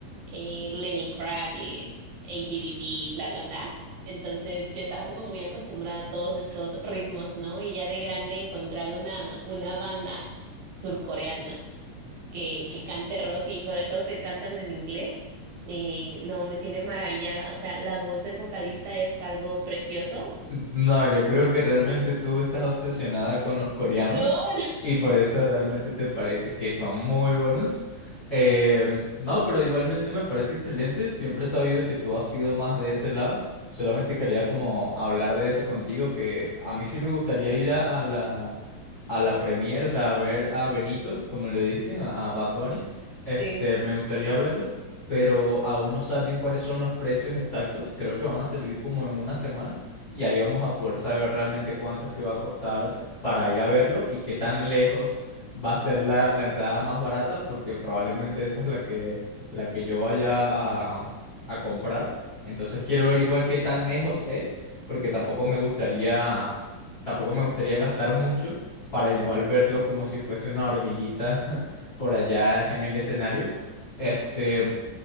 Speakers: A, on the right (about 70°); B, on the left (about 50°).
A: eh, Lenny Kravitz, AC/DC, bla, bla, bla. Entonces yo estaba como muy acostumbrada a todos estos ritmos, ¿no? Y ya de grande encontrar una, una banda surcoreana que, que cante rock y sobre todo que cantan en inglés, eh, no, me tiene maravillada. O sea, la voz del vocalista es algo precioso.
B: No, yo creo que realmente tú estás obsesionada con los coreanos
A: No, no. <laughs>
B: y por eso realmente te parece que son muy buenos. Em, no, pero igualmente me parece excelente. Siempre he sabido que tú has sido más de ese lado. Solamente quería como hablar de eso contigo, que a mí sí me gustaría ir a, a la, a la premiere, o sea, a ver a Benito, como le dicen, a, a Bad Bunny. Este,
A: Sí.
B: me gustaría verlo, pero aún no salen cuáles son los precios exactos. Creo que van a salir como en una semana y ahí vamos a poder saber realmente cuánto es que va a costar para ir a verlo y qué tan lejos va a ser la, la entrada más barata, porque probablemente esa es la que, la que yo vaya a, a comprar. Entonces quiero ver igual qué tan lejos es, porque tampoco me gustaría, tampoco me gustaría gastar mucho para igual
A: Ujú.
B: verlo como si fuese una hormiguita <laughs> por allá en el escenario. Este,